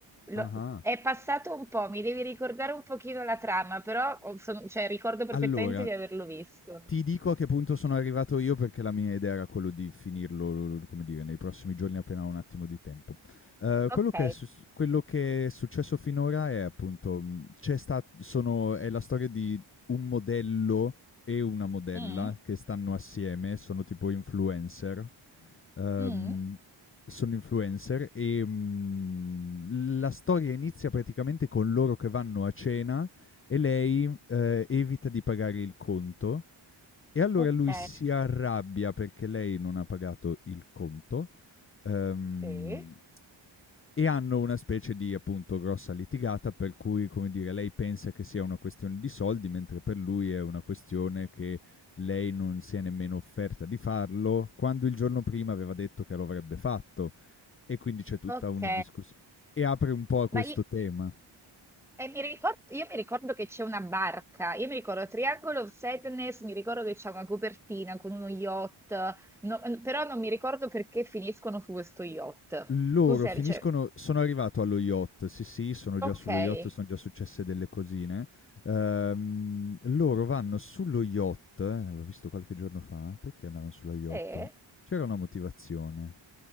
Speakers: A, in the centre; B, on the left.
A: Lo-
B: ah-ah.
A: È passato un po', mi devi ricordare un pochino la trama, però ho- sono- cioè, ricordo perfettamente
B: Allora
A: di averlo visto.
B: Ti dico a che punto sono arrivato io perché la mia idea era quello di finirlo, come dire, nei prossimi giorni appena ho un attimo di tempo. Ehm, quello
A: Ok.
B: che è sus quello che è successo finora è appunto, mhmm, c'è sta sono è la storia di un modello e una modella
A: Mm,
B: che stanno assieme, sono tipo influencer. Ehm,
A: mm,
B: sono influencer e, mhmm, la storia inizia praticamente con loro che vanno a cena e lei, ehm, evita di pagare il conto e allora
A: ok.
B: lui si arrabbia perché lei non ha pagato il conto, ehm,
A: Sì.
B: e hanno una specie di, appunto, grossa litigata per cui, come dire, lei pensa che sia una questione di soldi, mentre per lui è una questione che lei non si è nemmeno offerta di farlo, quando il giorno prima aveva detto che lo avrebbe fatto. E quindi c'è tutta
A: Ok.
B: una discussio e apre un po' a questo
A: Ma io,
B: tema.
A: E mi ricor- io mi ricordo che c'è una barca, io mi ricordo Triangle of Sadness, mi ricordo che c'è una copertina con uno yacht, no- n- però non mi ricordo perché finiscono su questo yacht.
B: Loro
A: Tu sei,
B: finiscono
A: cioè,
B: sono arrivato allo yacht, sì, sì, sono già
A: ok,
B: sullo yacht, son già successe delle cosine. Ehm, loro vanno sullo yacht, eh, l'ho visto qualche giorno fa, perché andavan sullo yacht?
A: sì,
B: C'era una motivazione.